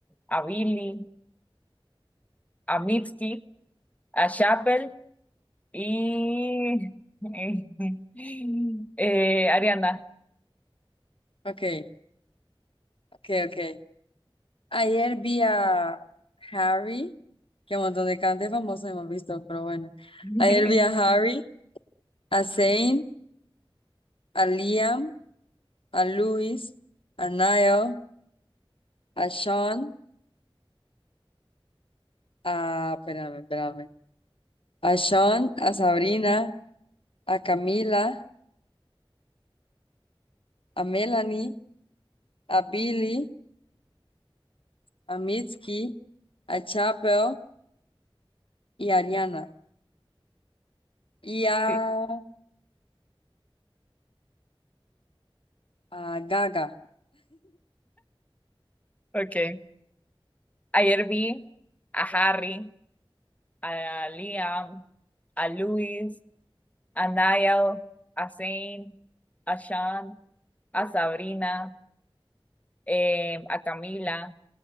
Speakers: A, on the left; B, on the left.
A: a Billy, a Mitski, a Chappell y <laughs> eh, Ariana.
B: Ok, ok, ok. Ayer vi a Harry, que un montón de cantantes famosos hemos visto, pero bueno.
A: <laughs>
B: Ayer vi a Harry, a Zayn, a Liam, a Luis, a Niall, a Sean, a... Espérame, espérame. A Sean, a Sabrina, a Camila, a Melanie, a Billy, a Mitski, a Chapel y a Ariana. Y a,
A: Sí.
B: a Gaga. <laughs>
A: okay. Ayer vi a Harry, a Liam, a Luis, a Niall, a Zane, a Sean, a Sabrina, eh, a Camila,